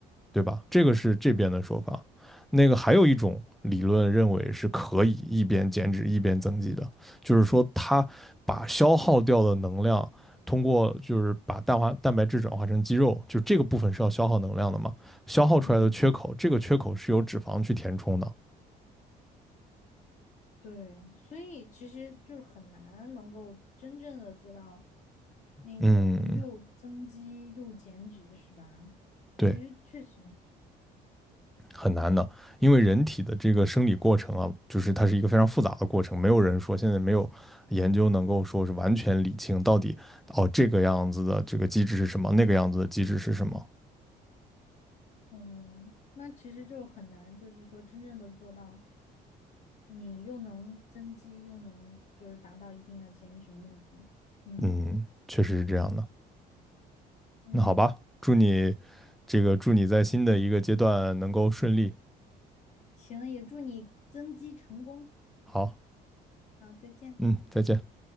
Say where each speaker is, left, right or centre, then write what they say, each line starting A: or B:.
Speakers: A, in the centre; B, on the left.
A: 对吧？这个是这边的说法。那个还有一种理论认为是可以一边减脂一边增肌的，就是说它把消耗掉的能量通过就是把蛋化蛋白质转化成肌肉，就这个部分是要消耗能量的嘛，消耗出来的缺口，
B: 嗯，
A: 这个缺口是由脂肪去填充的。
B: 对，所以其实就是很难能够真正的做到那个又增肌又减脂，
A: 嗯，
B: 是吧？
A: 对。
B: 其实确实，
A: 很难的，因为人体的这个生理过程啊，就是它是一个非常复杂的过程，没有人说现在没有研究能够说是完全理清到底哦这个样子的这个机制是什么，那个样子的机制是什么。
B: 嗯，那其实就很难，就是说真正的做到，你又能增肌，又能就是达到一定的减脂目的。嗯
A: 嗯，确实是这样的。
B: 嗯。
A: 那好吧，祝你这个祝你在新的一个阶段能够顺利。
B: 行，也祝你增肌成功。
A: 好，
B: 好，再见。
A: 嗯，再见。